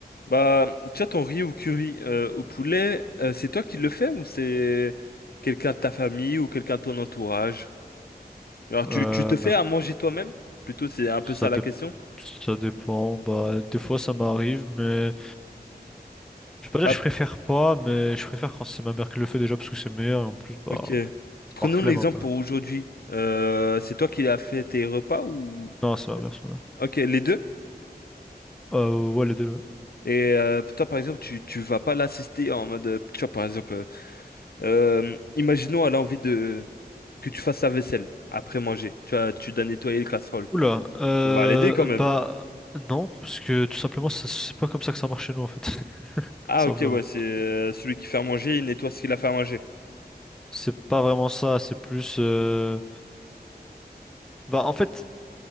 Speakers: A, on the left; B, in the centre.
A: Bah, tu vois, ton riz au curry euh, au poulet, euh, c'est toi qui le fais ou c'est quelqu'un de ta famille ou quelqu'un de ton entourage? Alors, tu,
B: Euh,
A: tu te fais à manger toi-même? Plutôt, c'est un peu
B: ça,
A: ça la
B: dé-
A: question.
B: ça dépend, bah des fois ça m'arrive, mais je vais pas dire
A: Bah,
B: que je préfère pas, mais je préfère quand c'est ma mère qui le fait déjà parce que c'est meilleur, et en plus, bah,
A: Ok. Prenons
B: par flemme
A: l'exemple
B: un peu.
A: pour aujourd'hui. Euh, c'est toi qui as fait tes repas ou...
B: Non, c'est ma mère, c'est ma mère.
A: Ok, les deux?
B: Euh, ouais, les deux, ouais.
A: Et euh, toi, par exemple, tu, tu vas pas l'assister en mode... euh, Tu vois, par exemple, euh, euh, imaginons elle a envie de... que tu fasses sa vaisselle après manger. Tu vas, tu dois nettoyer les casseroles.
B: Oula, euh,
A: Tu vas l'aider quand même.
B: bah non, parce que tout simplement, ça- c'est pas comme ça que ça marche chez nous en fait, <laughs> tout
A: Ah,
B: simplement.
A: ok, ouais, c'est euh, celui qui fait à manger, il nettoie ce qu'il a fait à manger.
B: C'est pas vraiment ça, c'est plus... euh, bah en fait